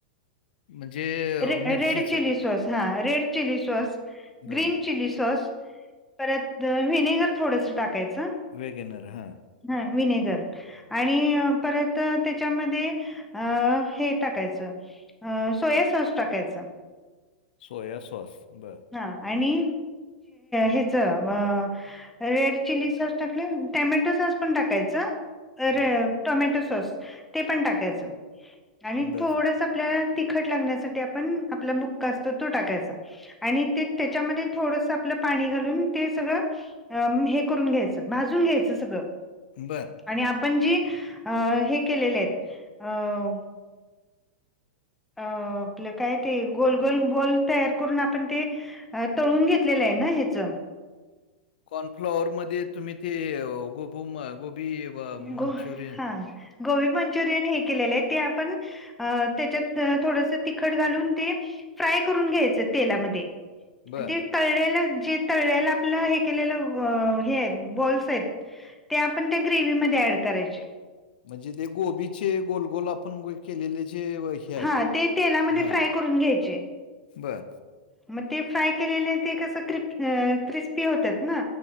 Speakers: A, on the left; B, in the centre.
A: म्हंणजे
B: रे
A: मिर्ची
B: रेड चिली
A: चं
B: सॉस हां रेड चिली सॉस
A: बरं.
B: ग्रीन चिली सॉस परंत वि्हनेगर थोडंसं टाकायचं
A: वेगनर हां
B: हां विनेगर आणि परंत त्यांच्यामध्ये अं.. हे टाकायचं अं.. सोया सॉस टाकायचं
A: सोया सॉस बरं
B: हां आणि हेचं रेड चिली सॉस टांक टेमॅटो सॉस पणं टाकायचं अरं
A: बरं.
B: टोमॅटो सॉस ते पणं टाकायचं आणि
A: बरं,
B: थोडसं
A: बरं.
B: आपल्यांला तिखंट लागण्यांसाठी आपणं आपलं बुक्कां असतो तो टाकायंचा आणि ते त्यांच्यामध्यें थोडंसं आपलं पाणी घालूंन ते सगळं अं हे करूंन घ्यायचंय भाजूंन घ्यायचंय सगळं
A: बरं
B: आणि आपणं जी अं हे केलेले आहेतं अं अं कायं ते गोल गोल बॉल तयार करूंन आपणं ते अं तळूंन घेतलेलंय नां हेचं
A: कॉर्नफ्लॉवर मध्यें तुम्हीं ते गोबू मं गोबी अ,
B: गोबी
A: मंचुरियन.
B: हां गोबी मंचुरियन हे केलेलेतं ते आपणं अं त्यांच्यात थोडसं तिखंट घालूंन ते फ्राय करूंन घ्यायचं तेलामध्यें
A: बरं.
B: आण ते- तळलेलं जे तळलेलं आपलं हे केलेलं हे बॉल्स येतं ते आपणं ग्रेव्ही मध्यें ऍड करायचे
A: म्हंजे ते गोबीचे गोल गोल आपणं केलेले जे हे आहेत.
B: हां ते तेलामध्यें
A: हां.
B: फ्राय करूंन घ्यायचे
A: बरं
B: मं ते फ्राय केलेले ते कसं क्रिप- अ.. क्रिस्पी होतांत नां